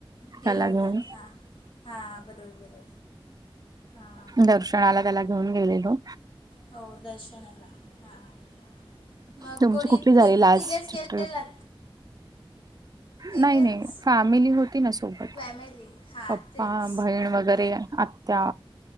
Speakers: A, on the left (about 70°); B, on the right (about 45°).
A: केला
B: त्याला
A: होतात
B: घेऊन
A: हा, हा हा, बरोबर बरोबर. हां
B: दर्शनाला त्याला घेऊन गेलेलो.
A: हो दर्शनाला, हा हा. मग
B: तुमची
A: कोणी
B: कुठली झाली
A: तिघ
B: लास्ट
A: तिघेच गेलेलात?
B: ट्रिप?
A: तिघेच
B: नाही नाही फॅमिली होती ना सोबत
A: फॅमिली हां
B: पप्पा
A: तेच
B: बहीण वगैरे आ त्या